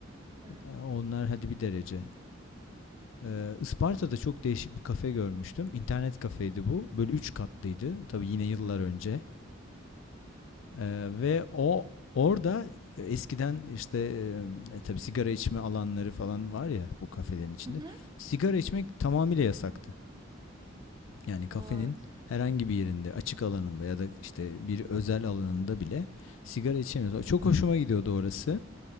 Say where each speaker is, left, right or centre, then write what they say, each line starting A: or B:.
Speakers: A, on the right (about 20°); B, on the left (about 75°).
A: evet.
B: Eee, Onlar hadi bir derece. Ee, Isparta'da çok değişik bir kafe görmüştüm. İnternet kafeydi bu. Böyle üç katlıydı. Tabii yine yıllar önce. Ee, ve o orada e, eskiden işte e, tabii sigara içme alanları falan var ya bu kafelerin içinde.
A: Hı hı.
B: Sigara içmek tamamıyla yasaktı. Yani kafenin
A: Vay!
B: herhangi bir yerinde, açık alanında ya da işte bir özel alanında bile sigara içemiyoruz. Çok hoşuma gidiyordu orası.